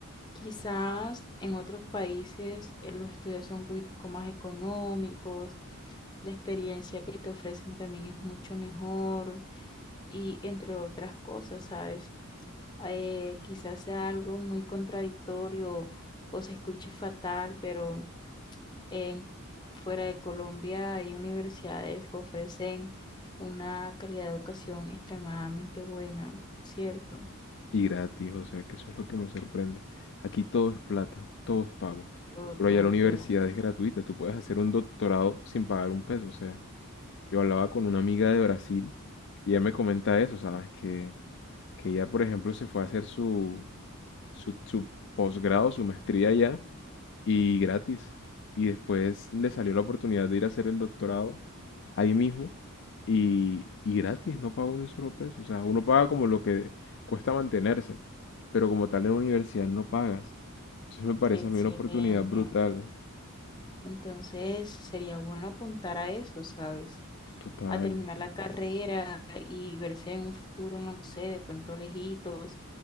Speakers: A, on the left; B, on the left.
A: Quizás en otros países eh, los estudios son un poquitico más económicos la experiencia que te ofrecen también es mucho mejor y entre otras cosas, ¿sabes? Eh, quizás sea algo muy contradictorio o se escuche fatal, pero en, fuera de Colombia hay universidades que ofrecen una calidad de educación extremadamente buena, ¿cierto?
B: Y gratis, o sea, que eso es lo que me sorprende. Aquí todo es plata, todo es pago.
A: Todo,
B: Pero
A: todo,
B: allá la universidad
A: todo.
B: es gratuita, tú puedes hacer un doctorado sin pagar un peso, o sea, Yo hablaba con una amiga de Brasil y ella me comenta eso, ¿sabes? Que, que ella, por ejemplo, se fue a hacer su, su, su posgrado, su maestría allá y gratis. Y después le salió la oportunidad de ir a hacer el doctorado ahí mismo y, y gratis, no pagó ni un solo peso. O sea, uno paga como lo que cuesta mantenerse, pero como tal en la universidad no pagas. Entonces me parece
A: Excelente.
B: a mí una oportunidad brutal,
A: Entonces sería bueno apuntar a eso, ¿sabes?
B: total,
A: a terminar la carrera y verse en un futuro, no sé, de pronto lejitos.